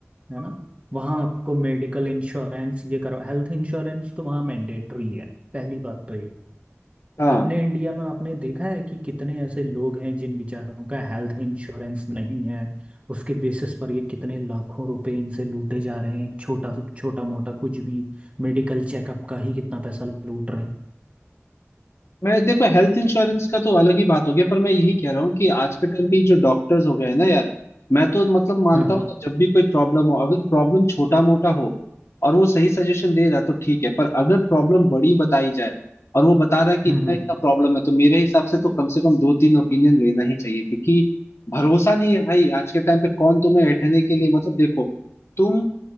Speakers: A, on the right; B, on the left.
A: है ना वहाँ आपको मेडिकल इंश्योरेंस ये करो हेल्थ इंश्योरेंस तो वहाँ मैंडेटरी है पहली बात तो ये
B: हाँ
A: अपने इंडिया में आपने देखा है कि कितने ऐसे लोग हैं जिन बेचारों का हेल्थ इंश्योरेंस नहीं है उसके बेसिस पर ये कितने लाखों रुपए इनसे लूटे जा रहे हैं एक छोटा छोटा मोटा कुछ भी मेडिकल चेकअप का ही कितना पैसा लूट रहे हैं
B: मैं देखो हेल्थ इंश्योरेंस का तो अलग ही बात हो गया पर मैं यही कह रहा हूँ कि आज के टाइम पे जो डॉक्टर्स हो गए हैं ना यार मैं तो मतलब मानता
A: हाँ हाँ
B: हूँ ना जब भी कोई प्रॉब्लम हो अगर प्रॉब्लम छोटा मोटा हो और वो सही सजेशन दे रहा है तो ठीक है पर अगर प्रॉब्लम बड़ी बताई जाए और वो बता रहा है कि
A: हम्म
B: इतना
A: हम्म
B: इतना प्रॉब्लम है तो मेरे हिसाब से तो कम से कम दो तीन ओपिनियन लेना ही चाहिए क्योंकि भरोसा नहीं है भाई आज के टाइम पे कौन तुम्हें ऐठने के लिए मतलब देखो तुम